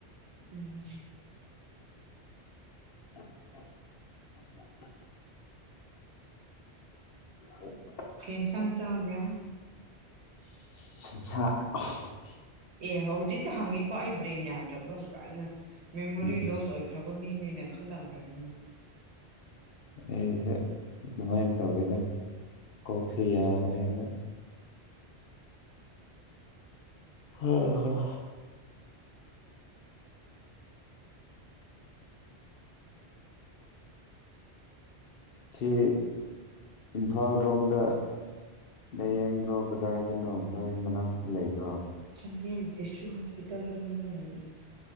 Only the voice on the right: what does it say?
ꯎꯝ
ꯀꯩ ꯏꯟꯁꯥꯡ ꯆꯥꯕ꯭ꯔꯥ
ꯑꯦ ꯍꯧꯖꯤꯛꯇ ꯍꯪꯉꯤꯀꯣ ꯑꯩ ꯕ꯭ꯔꯦꯟ ꯌꯥꯗ꯭ꯔꯕ ꯄꯨꯅ ꯃꯦꯃꯣꯔꯤ
ꯂꯣꯁ ꯑꯣꯏꯈ꯭ꯔꯕ ꯃꯤꯦꯅꯤꯅ ꯈꯒ꯭ꯔꯥꯅꯤꯅ
ꯆꯥꯟꯗꯦꯜ ꯗꯤꯁꯇ꯭ꯔꯤꯛ ꯍꯣꯁꯄꯤꯇꯥꯜꯗꯅꯤꯅ ꯂꯩꯔꯤꯗ